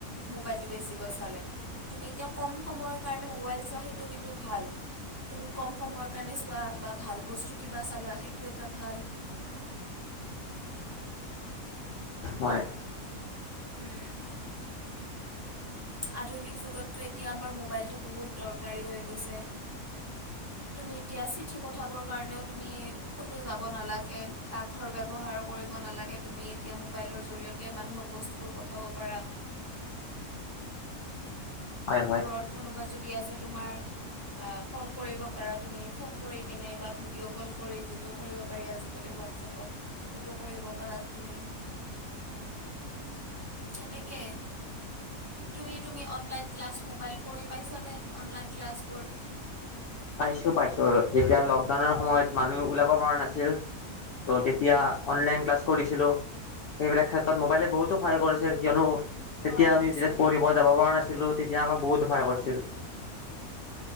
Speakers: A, on the right; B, on the left.
A: মোবাইলটো বেছিকৈ চালে তুমি এতিয়া কম সময়ৰ কাৰণে মোবাইল চোৱা সেইটো কিন্তু ভাল। তুমি কম সময়ৰ কাৰণে চোৱা বা ভাল বস্তু কিবা চালা সেইটো এটা ভাল
B: হয়।
A: উম আধুনিক যুগততো এতিয়া আমাৰ মো মোবাইলটো বহুত দৰকাৰী হৈ গৈছে তুমি এতিয়া চিঠি পঠাবৰ কাৰণেও তুমি ক'তো যাব নালাগে, ডাকঘৰ ব্যৱহাৰ কৰিব নালাগে, তুমি এতিয়া মোবাইলৰ জৰিয়তে মানুহক বস্তুবোৰ পঠাব পাৰা।
B: হয়
A: দূৰত
B: হয়
A: কোনোবা যদি আছে তোমাৰ আ কল কৰিব পাৰা তুমি ফোন কৰি কেনে ভিডিঅ' কল কৰি ভিডিঅ কৰিব পাৰি হোৱাটপত সেইটো কৰিব পাৰা তুমি তেনেকে তুমি তুমি অনলাইন ক্লাচ মোবাইল কৰি পাইছানে অনলাইন ক্লাছবোৰ
B: পাইছো পাইছোঁ যেতিয়া লকডাউনৰ সময়ত মানুহ ওলাব পৰা নাছিল ত' তেতিয়া অনলাইন ক্লাছ কৰিছিলোঁ সেইবিলাক ক্ষেত্ৰত মোবাইলে বহুতো সহায় কৰিছিল কিয়নো
A: সহায়
B: তেতিয়া
A: কৰিছে
B: আমি যেতিয়া পঢ়িব যাব পৰা নাছিলো তেতিয়া আমাক বহুত সহায় কৰিছিল